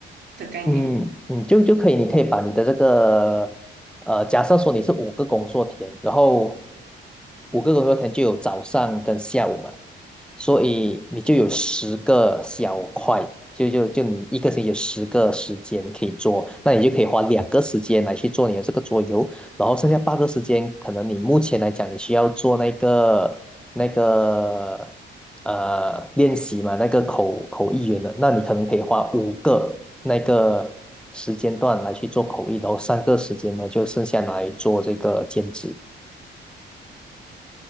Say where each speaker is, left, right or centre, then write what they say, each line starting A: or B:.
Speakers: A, on the right; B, in the centre.
A: 的概念。
B: 嗯嗯，就就可以，你可以把你的这个，呃，假设说你是五个工作天，然后五个工作天就有早上跟下午嘛，所以你就有十个小块，就就就你一个星期有十个时间可以做，那你就可以花两个时间来去做你的这个桌游，然后剩下八个时间，可能你目前来讲，你需要做那个那个呃练习嘛，那个口口译员的，那你可能可以花五个那个时间段来去做口译，然后三个时间呢就剩下来做这个兼职。